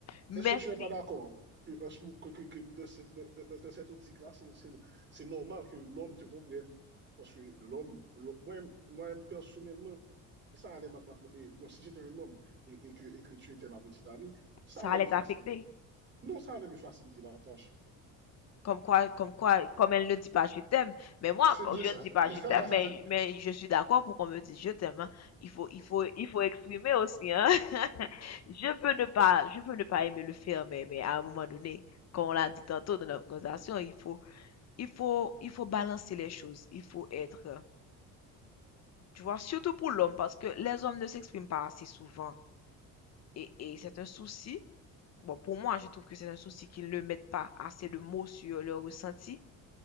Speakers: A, on the left (about 45°); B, on the right (about 30°).
A: Mais
B: Est-ce que tu n'es
A: si,
B: pas d'accord que, un smo- que, que- que de cette, de- de- de cette optique-là, c'est c'est- c'est normal que l'homme te comprenne? Parce que l'homme, l'homme- moi moi-même, personnellement, ça allait ma- ma- et, bon, si j'étais un homme et, et que, et que tu étais ma petite amie, ça
A: ça
B: allait
A: allait
B: me
A: t'affecter.
B: faciliter. Non, ça allait me faciliter la tâche.
A: Comme quoi, comme quoi, comme elle ne dit pas je t'aime, mais moi,
B: C'est
A: quand
B: bien
A: je
B: ça.
A: ne dis pas
B: <laughs>
A: je t'aime, mais, mais je suis d'accord pour qu'on me dise je t'aime, hein. Il faut, il faut, il faut exprimer aussi, hein. <laughs> Je peux ne pas, je peux ne pas aimer le faire, mais, mais à un moment donné, comme on l'a dit tantôt dans notre conversation, il faut, il faut, il faut balancer les choses. Il faut être, euh, tu vois, surtout pour l'homme, parce que les hommes ne s'expriment pas assez souvent. Et, et c'est un souci. Bon, pour moi, je trouve que c'est un souci qu'ils ne mettent pas assez de mots sur leurs ressentis